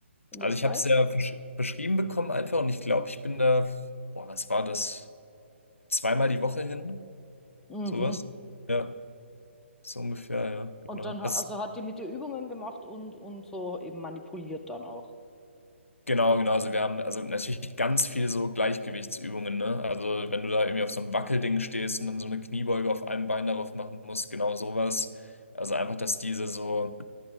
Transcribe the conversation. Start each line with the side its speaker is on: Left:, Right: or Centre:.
Centre: in
Left: Also
Centre: der
Left: ich
Centre: Zeit?
Left: habe es ja versch- beschrieben bekommen einfach und ich glaube, ich bin da, boah, was war das? Zweimal die Woche hin,
Centre: Mhm.
Left: sowas? Ja, so ungefähr, ja,
Centre: Und
Left: genau.
Centre: dann ha-
Left: Hast,
Centre: also hat die mit ihr Übungen gemacht und, und so eben manipuliert dann auch.
Left: genau, genau. Also wir haben also natürlich ganz viel so Gleichgewichtsübungen, ne? Also wenn du da irgendwie auf so einem Wackelding stehst und dann so eine Kniebeuge auf einem Bein darauf machen musst, genau sowas. Also einfach, dass diese so,